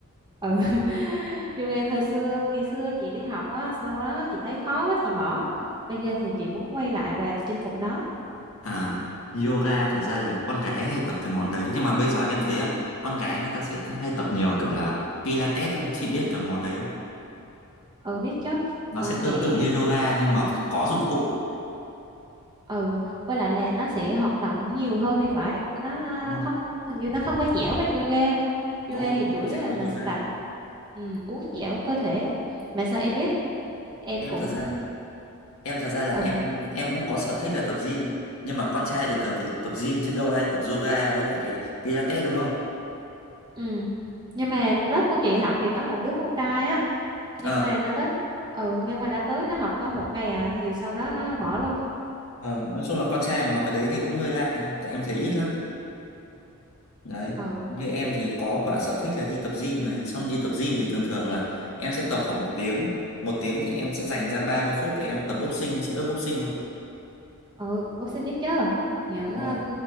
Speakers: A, on the right; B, on the left.
A: ừ <laughs> yoga thời xưa ngày xưa chị đi học á sau đó chị thấy khó quá chị bỏ bây giờ thì chị muốn quay lại và chinh phục nó
B: À, yoga thật ra là con gái hay tập cái món đấy nhưng mà bây giờ em thấy á, con gái người ta sẽ hay tập nhiều kiểu là Pilates không? Chị biết cái món đấy không?
A: ừ biết chứ
B: Nó
A: Ờ,
B: sẽ tương
A: chạy
B: tự như
A: à,
B: yoga nhưng mà có dụng cụ.
A: ừ với lại là nó sẽ hoạt động nhiều hơn thì phải nó
B: Đúng rồi,
A: không hình như nó không có dẻo bằng yoga
B: Đúng
A: yoga
B: rồi,
A: thì chủ
B: không có
A: yếu
B: dẻo
A: là
B: như
A: mình
B: yoga.
A: sẽ tập ừ, uốn dẻo cơ thể mà sao em biết em
B: Em
A: cũng
B: thật ra là em thật ra là em
A: ừ
B: em cũng có sở thích là tập gym, nhưng mà con trai thường thường thì tập gym chứ đâu ai tập yoga với lại Pilates đúng không?
A: ừ nhưng mà lớp của chị học thì có một đứa con trai á nhưng
B: Ờ,
A: mà nó tới ừ nhưng mà nó tới nó học có một ngày à thì sau đó nó bỏ luôn
B: ờ, nói chung là con trai mà học cái đấy thì cũng hơi lạ nha, tại em thấy ít lắm. đấy
A: ừ
B: như em thì có cả sở thích là đi tập gym này xong đi tập gym thì thường thường là em sẽ tập khoảng một tiếng một tiếng thì em sẽ dành ra 30 phút để em tập boxing chị biết boxing không
A: ừ bác sĩ biết chứ những
B: đúng
A: ờ,
B: rồi